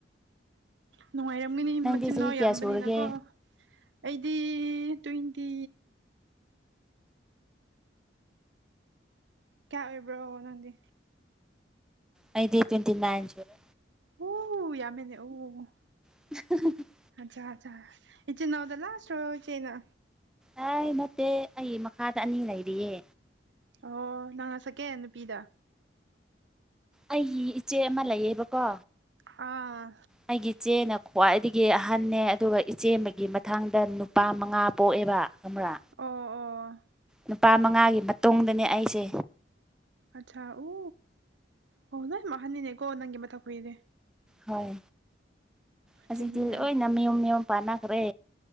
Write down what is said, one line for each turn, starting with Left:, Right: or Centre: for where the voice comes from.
Right: ꯅꯨꯡꯉꯥꯏꯔꯝꯒꯅꯤ
Centre: ꯅꯪꯗꯤ
Right: ꯃꯆꯤꯟꯅꯥꯎ
Centre: ꯆꯍꯤ ꯀꯌꯥ
Right: ꯌꯥꯝꯕꯅꯤꯅꯀꯣ
Centre: ꯁꯨꯔꯒꯦ
Right: ꯑꯩꯗꯤ ꯇ꯭ꯋꯦꯟꯇꯤ ꯀꯌꯥ ꯑꯣꯏꯕ꯭ꯔꯣ ꯅꯪꯗꯤ
Centre: ꯑꯩꯗꯤ ꯇ꯭ꯋꯦꯟꯇꯤꯅꯥꯏꯟ ꯁꯨꯔꯦ
Right: ꯎ ꯌꯥꯝꯃꯦꯅꯦ ꯑꯣ
Centre: <inaudible>
Right: ꯑꯠꯆꯥ ꯑꯠꯆꯥ ꯏꯆꯦꯅꯥꯎꯗ ꯂꯥꯁꯔꯣ ꯏꯆꯦꯅ
Centre: ꯍꯥꯏ ꯅꯠꯇꯦ ꯑꯩ ꯃꯈꯥꯗ ꯑꯅꯤ ꯂꯩꯔꯤꯌꯦ
Right: ꯑꯣ ꯅꯪꯅ ꯁꯦꯟ ꯅꯨꯄꯤꯗ
Centre: ꯑꯩꯒꯤ ꯏꯆꯦ ꯑꯃ ꯂꯩꯌꯦꯕꯀꯣ
Right: ꯑꯥ
Centre: ꯑꯩꯒꯤ ꯏꯆꯦꯅ ꯈ꯭ꯋꯥꯏꯗꯒꯤ ꯑꯍꯟꯅꯦ ꯑꯗꯨꯒ ꯏꯆꯦ ꯑꯃꯒꯤ ꯃꯊꯥꯡꯗ ꯅꯨꯄꯥ ꯃꯉꯥ ꯄꯣꯛꯑꯦꯕ ꯑꯃꯔꯥ
Right: ꯑꯣ ꯑꯣ
Centre: ꯅꯨꯄꯥ ꯃꯉꯥꯒꯤ ꯃꯇꯨꯡꯗꯅꯦ ꯑꯩꯁꯦ
Right: ꯑꯠꯆꯥ ꯎ ꯑꯣ ꯂꯣꯏꯝ ꯑꯍꯟꯅꯤꯅꯦꯀꯣ ꯅꯪꯒꯤ ꯃꯊꯛ ꯈꯣꯢꯗꯤ
Centre: ꯍꯣꯏ ꯍꯧꯖꯤꯛꯇꯤ
Right: ꯆꯍꯤ ꯌꯥꯝ
Centre: ꯂꯣꯏꯅ ꯃꯌꯨꯝ ꯃꯌꯨꯝ ꯄꯥꯟꯅꯈ꯭ꯔꯦ